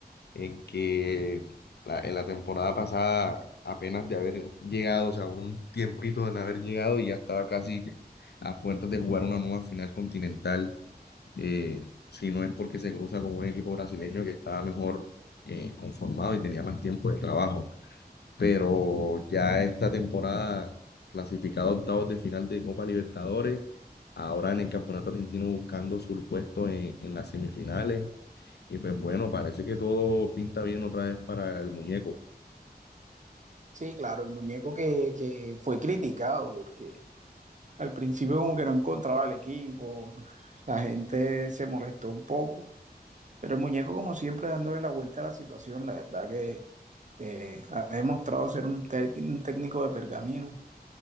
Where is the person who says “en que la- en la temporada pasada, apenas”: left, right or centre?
Left